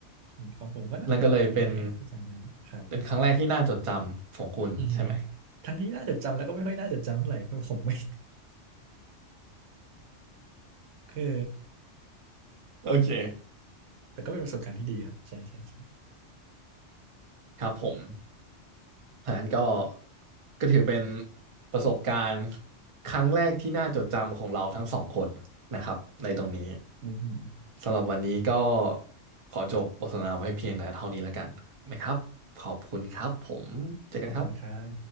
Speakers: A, on the right; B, on the right.
A: อืมของผมก็น่าจะประมาณนี้แหละที่จำได้ครับ
B: นั่นก็เลยเป็นเป็นครั้งแรกที่น่าจดจำของคุณใช่ไหม
A: อือหือทั้งที่น่าจดจำแล้วก็ไม่ค่อยน่าจดจำเท่าไหร่เพราะผมไม่ <laughs> คือ
B: โอเค
A: แต่ก็เป็นประสบการณ์ที่ดีครับใช่ใช่ใช่
B: ครับผมอันนั้นก็ก็ถือเป็นประสบการณ์ครั้งแรกที่น่าจดจำของเราทั้งสองคนนะครับในตรงนี้
A: อือหือ
B: สำหรับวันนี้ก็ขอจบบทสนทนาไว้เพียงแต่เท่านี้แล้วกันนะครับขอบคุณครับผมเจอกันครับ
A: ขอบคุณครับ